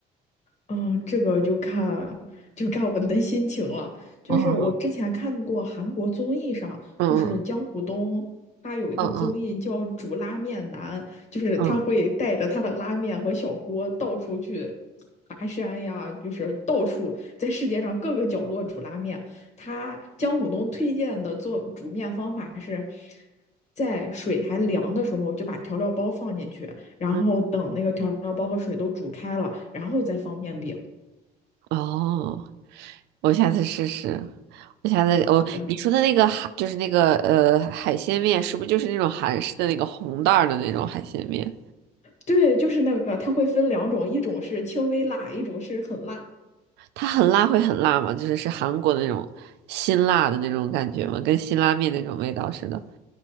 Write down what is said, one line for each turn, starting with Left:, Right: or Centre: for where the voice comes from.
Left: 嗯，这个就看就看我的心情了。就是我之前看过韩国综艺上，
Right: 哦，嗯嗯
Left: 就是姜虎东他有一个综艺叫《煮拉面男》，
Right: 嗯
Left: 就是他会带着他的拉面和小锅到处去
Right: 嗯
Left: 爬山呀，就是到处在世界上各个角落煮拉面。他姜虎东推荐的做煮面方法是，在水还凉的时候就把调料包放进去，然后等那个调料包和水都煮开了，
Right: 嗯，
Left: 然后再放面饼。
Right: 哦，我下次试试。我下次我你说的那个海就是那个呃海鲜面，
Left: 好的，
Right: 是不是就是那种韩式的那个红袋儿的那种海鲜面？
Left: 对，就是那个，它会分两种，一种是轻微辣，一种是很辣。
Right: 它很辣会很辣吗？就是是韩国的那种辛辣的那种感觉吗？跟辛拉面那种味道似的。